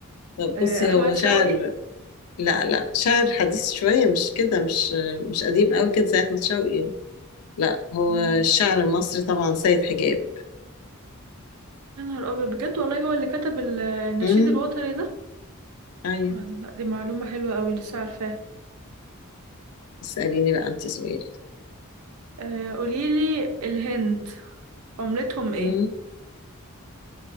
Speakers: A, on the left; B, on the right.
A: طب
B: آه،
A: بصي
B: احمد
A: هو شاعر
B: شوقي
A: لا لا شاعر حديث شويه مش كده مش مش قديم قوي كده زي احمد شوقي لا هو
B: مم.
A: الشاعر المصري طبعا سيد حجاب
B: يا نهار أبيض بجد والله هو اللي كتب ال- النشيد
A: امم
B: الوطني ده
A: ايوه
B: آه، لا دي معلومة حلوة أوي لسه عارفاها
A: اساليني بقى انت سؤال
B: آه، قوليلي الهند عملتهم إيه؟
A: امم